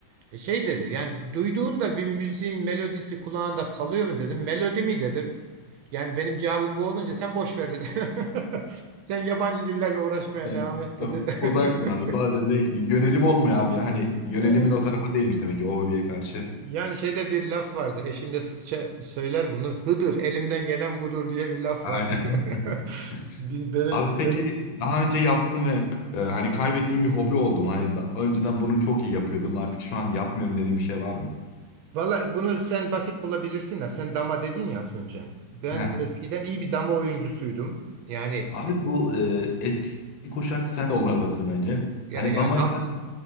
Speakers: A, on the right (about 80°); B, on the left (about 70°).
A: e, şey dedi yani duyduğunda bir müziğin melodisi kulağında kalıyor mu dedim. Melodi mi dedim. Yani benim cevabım bu olunca sen boş ver dedi. <laughs> Sen yabancı dillerle uğraşmaya
B: Evet,
A: devam et dedi.
B: tamam. Uzaksın abi.
A: <laughs>
B: Bazen de yönelim olmuyor abi. Hani yönelimin
A: Evet.
B: o tarafa değilmiş demek ki o hobiye karşı.
A: Yani şeyde bir laf vardır. Eşim de sıkça söyler bunu. Hıdır elimden gelen budur diye bir laf
B: Aynen.
A: var.
B: <laughs>
A: <laughs> Biz- benim,
B: Abi peki
A: benim.
B: daha önce yaptım ve e, hani kaybettiğim bir hobi oldum. Hani da- önceden bunu çok iyi yapıyordum. Artık şu an yapmıyorum dediğim bir şey var mı?
A: Valla bunu sen basit bulabilirsin de sen dama dedin ya az önce. Ben
B: He.
A: eskiden iyi bir dama oyuncusuydum. Yani e,
B: Abi bu e, eski kuşak sen de onlardansın bence.
A: ya-
B: Hani
A: yani
B: damaya
A: alt,
B: karşı